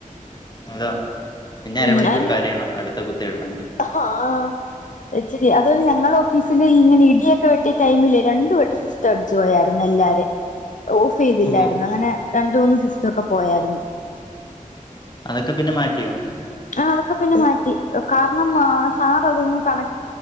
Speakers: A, on the left; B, on the left.
A: അതാ പിന്നെ അരമണിക്കൂർ
B: ഉം അയിന്
A: കരയണം അടുത്ത കുത്ത് ഇടണെങ്കി
B: ആഹ് ഇച്ചിരി അതുപോലെ ഞങ്ങളെ ഓഫീസില് ഇങ്ങനെ ഇടിയൊക്കെ വെട്ടിയ ട്ടയ്മില് രണ്ടു വെട്ടസു സിസ്റ്റം അടിച്ചു പോയായിരുന്നു എല്ലാരെം ഓഫ് ചെയ്തില്ലായിരുന്നു
A: ഓ
B: അങ്ങനെ രണ്ട് മൂന്ന് സിസ്റ്റം ഒക്കെ പോയായിരുന്നു
A: അതൊക്കെ പിന്നെ മാറ്റിയോ
B: ആഹ് അതൊക്കെ പിന്നെ മാറ്റി കാരണം സാർ അതൊന്നും കണക്